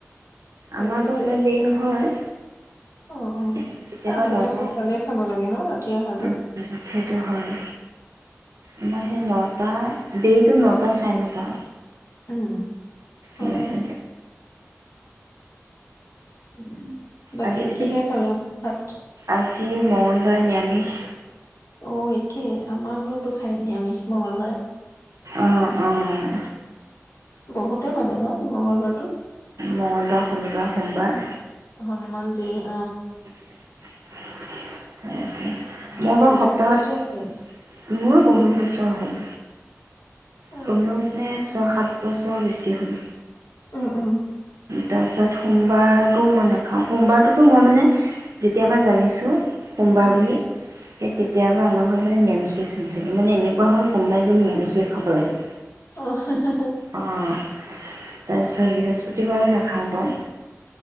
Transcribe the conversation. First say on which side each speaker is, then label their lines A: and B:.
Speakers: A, on the left; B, on the right.
A: তাৰপিছতে
B: আমাৰ টো ইমান দেৰি নহয়
A: অ অ
B: এ কেতিয়াবা
A: আচলতে
B: লগাও।
A: সোনকালে খাব লাগে ন ৰাতিৰ আহাৰটো
B: উম, সেইটো হয়। আমাৰ সেই নটা দেৰিটো নটা চাৰে নটা
A: উম
B: উম
A: অ
B: উম
A: উম বাকী
B: আজি পিছে
A: কিহেৰে খালে ভাত
B: আজি মঙ্গলবাৰ নিৰামিষ
A: অ একেই আমাৰ ঘৰতো খায় নিৰামিষ মঙলবাৰে
B: অহ অহ
A: বহুতে মানে ন মংগলবাৰটো
B: মঙলবাৰ শনিবাৰ সোমবাৰ
A: হনুমান জীৰ
B: সেইটোৱে মই
A: আমাৰ
B: বাৰু
A: বহুত
B: সপ্তাহত,
A: বছৰ হ'ল
B: মোৰো বহুত বছৰ হ'ল
A: অ
B: তুমিও মানে ছয় সাত বছৰ বেছি হ'ল
A: অহ অহ
B: তাৰপিছত সোমবাৰটো মই নাখাওঁ, সোমবাৰটোতো মই মানে যেতিয়াৰ পৰা জানিছো সোমবাৰ
A: উম
B: বুলি সেই তেতিয়াৰ পৰা আমাৰ ঘৰত মানে নিৰামিষে চলি থাকে, মানে এনেকুৱা হ'ল সোমাবাৰ দিন নিৰামিষে খাব লাগে
A: অ হে হে
B: অঁ তাৰপিছত বৃহস্প- কৈ নাখাও বাৰু